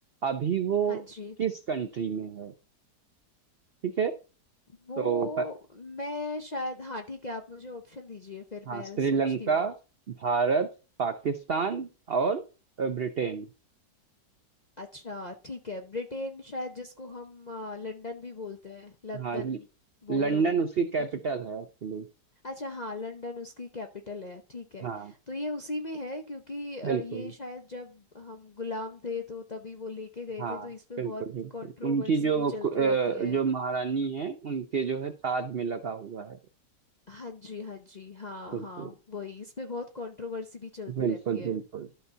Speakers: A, on the right (about 65°); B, on the left (about 45°).
A: अभी वो
B: हाँ जी
A: किस कंट्री में है ठीक है
B: वो
A: तो प-
B: मैं शायद हाँ ठीक है आप मुझे ऑप्शन दीजिए फिर
A: हाँ
B: मैं
A: श्रीलंका
B: सोचती हूँ
A: भारत पाकिस्तान और अ, ब्रिटेन
B: अच्छा ठीक है ब्रिटेन शायद जिसको हम अ, लंदन भी बोलते हैं लंदन
A: हाँ ल- लंदन
B: बोल लो
A: उसकी कैपिटल
B: कुछ भी
A: है एक्चुअली
B: अच्छा हाँ लंदन उसकी कैपिटल है ठीक है
A: हाँ
B: तो ये उसी में है क्योंकि अ,
A: बिल्कुल
B: ये शायद जब हम गुलाम थे तो तभी वो लेके गए
A: हाँ
B: थे तो इस पे
A: बिल्कुल
B: बहुत
A: बिल्कुल
B: कंट्रोवर्सी
A: उनकी जो
B: भी चलती
A: कु- अ,
B: रहती है
A: जो महारानी है उनके जो है ताज में लगा हुआ है
B: हाँ जी हाँ जी हाँ
A: बिल्कुल
B: हाँ वही इसमें बहुत कंट्रोवर्सी भी चलती
A: बिल्कुल
B: रहती है
A: बिल्कुल